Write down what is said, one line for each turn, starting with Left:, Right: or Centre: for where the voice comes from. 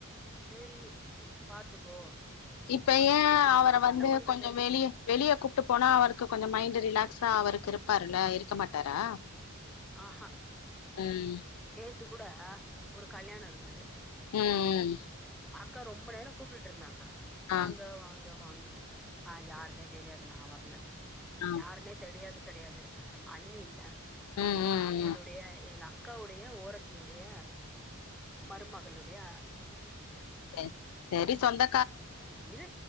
Centre: சேரி பாத்துக்கோ
Left: இப்ப
Centre: அப்டின்னு
Left: ஏ
Centre: சொல்லிட்டோ
Left: அவர
Centre: அப்ப
Left: வந்து
Centre: என்ன பண்றது
Left: கொஞ்சொ வெளிய வெளியே கூப்ட்டு போனா அவருக்கு கொஞ்சொ மைண்டு ரிலாக் க்ஸா அவருக்கு இருப்பாருல இருக்க மாட்டாரா
Centre: ஆஹா
Left: ம்
Centre: த்து கூட ஒரு கல்யாணொ இருந்தது
Left: உம்
Centre: அக்கா ரொம்ப நேரொ கூப்டுட்ருந்தாங்க
Left: ஆ
Centre: வாங்க வாங்க வாங்கன் ஆஹ் யாருனே தெரியாது நா வரல
Left: ஆ
Centre: யான்னே தெரியாது கெடையாது அண்ணி இல்ல
Left: ம் ம்
Centre: அவங்களுடைய
Left: ம்
Centre: எங்க அ அக்காவுடைய ஓரத்துடைய மருமகளுடைய
Left: செரி செரி சொந்த
Centre: இவ